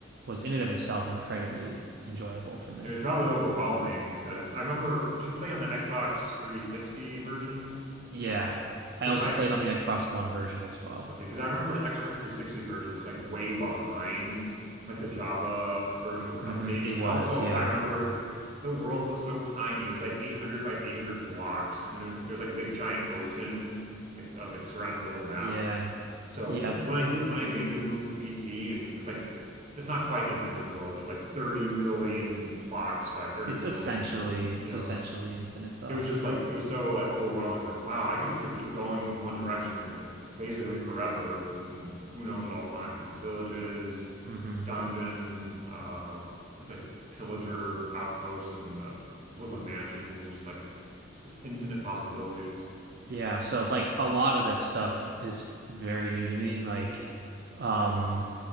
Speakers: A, on the right; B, on the right.
A: was in and of itself incredibly enjoyable for me.
B: It was probably overwhelming because I remember, did you play on the Xbox 360 version?
A: Yeah. I
B: Because
A: also
B: I,
A: played
B: <laughs>
A: on the Xbox One version as well.
B: okay, because I remember the Xbox 360 version was like way behind like the Java version for
A: hmm
B: updates.
A: It
B: And
A: was,
B: also,
A: yeah.
B: I remember <laughs> the world was so tiny. It was like 800 by 800 blocks, and there's there's like a big giant ocean. Like I was like surrounded the whole map.
A: Yeah.
B: So
A: Yeah.
B: when I did when I made the move to PC and it's like it's not quite infinite world. It's like 30 million blocks by 30
A: It's
B: million,
A: essentially it's
B: you know.
A: essentially infinite though.
B: It was just like it was so like overwhelming like wow, I could just like keep going in one direction like basically forever and who knows what I'll find. Like villages,
A: hmm
B: dungeons, uh there's like pillager outposts and uh, woodland mansions. There's like it's just infinite possibilities,
A: Yeah, so like a lot of this stuff is very new to me. Like, um